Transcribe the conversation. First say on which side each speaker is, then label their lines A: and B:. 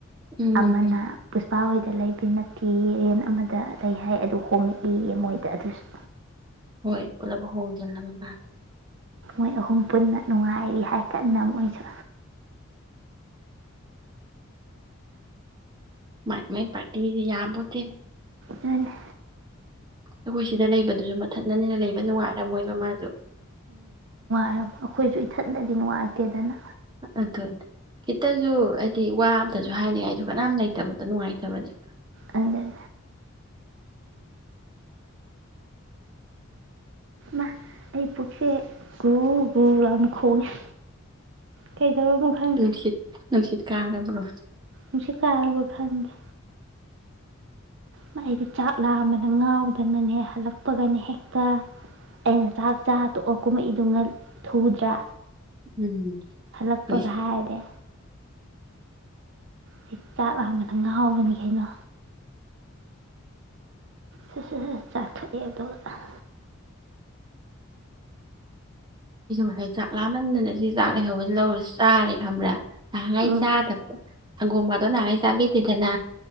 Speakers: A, on the right (about 20°); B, on the right (about 60°).
A: ꯎꯝ
B: ꯑꯃꯅ
A: ꯎꯝ ꯎꯝ
B: ꯄꯨꯁꯄꯥ ꯍꯣꯏꯗ ꯂꯩ ꯄ ꯅꯠꯇꯦ ꯔꯦꯟ ꯑꯃꯗ ꯂꯩ ꯍꯥꯏ ꯑꯗꯨ ꯍꯣꯡꯉꯛꯏꯌꯦ ꯃꯣꯏꯗ ꯑꯗꯨꯁꯨ
A: ꯍꯣꯏ ꯄꯨꯂꯞ ꯍꯣꯡꯖꯤꯜꯂꯕ ꯃꯥ
B: ꯃꯣꯏ ꯑꯍꯨꯝ ꯄꯨꯟꯅ ꯅꯨꯡꯉꯥꯏꯔꯤ ꯍꯥꯏ ꯀꯟꯅ ꯃꯣꯏꯁꯨ
A: ꯃꯥꯏ ꯃꯥꯏ ꯄꯥꯇꯤ ꯌꯥꯕꯠꯇꯅꯦ
B: ꯗꯅꯤ
A: ꯑꯩꯈꯣꯏ ꯁꯤꯗ ꯂꯩꯕꯗꯨꯖꯨ ꯃꯊꯠꯗꯅꯤꯅ ꯂꯩꯕ ꯅꯨꯡꯉꯥꯏꯔꯝꯃꯣꯏꯕ ꯃꯥꯖꯨ
B: ꯑꯩꯈꯣꯏꯁꯖꯨ ꯏꯊꯟꯗꯗꯤ ꯅꯨꯡꯉꯥꯏꯇꯦꯗꯅ
A: ꯑꯗꯨꯅꯤ ꯈꯤꯇꯁꯨ ꯍꯥꯏꯗꯤ ꯋꯥ ꯑꯝꯇꯁꯨ ꯍꯥꯏꯅꯤꯡꯉꯥꯏꯖꯨ ꯀꯅꯥꯝ ꯂꯩꯇꯕꯗꯣ ꯅꯨꯡꯉꯥꯏꯇꯕꯅꯦꯕ
B: ꯑꯗꯨꯅ ꯃꯥ ꯑꯩ ꯄꯨꯛꯁꯦ ꯒꯨ ꯒꯨ ꯂꯥꯎꯅ ꯈꯣꯡꯉꯦ꯫ ꯀꯩꯗꯧꯏꯃꯣ ꯈꯪꯗꯦ
A: ꯅꯨꯡꯁꯤꯠ ꯅꯨꯡꯁꯤꯠ ꯀꯥꯔꯕ꯭ꯔꯣ
B: ꯅꯨꯡꯁꯤꯠ ꯀꯥꯔꯕ ꯈꯪꯗꯦ ꯃꯥ ꯑꯩꯗꯤ ꯆꯥꯛ ꯂꯥꯝꯕꯅ ꯉꯥꯎꯗꯅꯅꯦ ꯍꯜꯂꯛꯄꯒꯅꯦ ꯍꯦꯛꯇ ꯑꯩꯅ ꯆꯥꯛ ꯆꯥ ꯇꯣꯛꯑ ꯀꯨꯝꯃꯛꯏꯗꯨ ꯊꯨꯗ꯭ꯔꯥ
A: ꯎꯝ
B: ꯍꯜꯂꯛꯄꯒ
A: ꯊꯣꯛꯏ
B: ꯍꯥꯏꯔꯗꯤ ꯑꯩ ꯆꯥꯛ ꯂꯥꯝꯕꯅ ꯉꯥꯎꯕꯅꯤ ꯀꯩꯅꯣ ꯁ ꯁ ꯁꯠ ꯆꯥꯊꯣꯛꯑꯦ ꯑꯗꯨꯒ ꯑꯥ
A: ꯉꯁꯥꯏ ꯆꯥꯛ ꯂꯥꯝꯃꯟꯗꯅ ꯁꯤ ꯆꯥꯛ ꯂꯩꯍꯧꯕꯁꯤ ꯂꯧꯔ ꯁꯨ ꯆꯥꯔꯦ ꯈꯕ꯭ꯔꯥ ꯉꯍꯥꯟꯒꯩ
B: ꯎꯝ
A: ꯆꯥꯗꯕ ꯁꯪꯒꯣꯝꯒꯗꯣ ꯅꯍꯥꯟꯒꯩ ꯆꯥꯕꯤꯗꯦꯗꯅ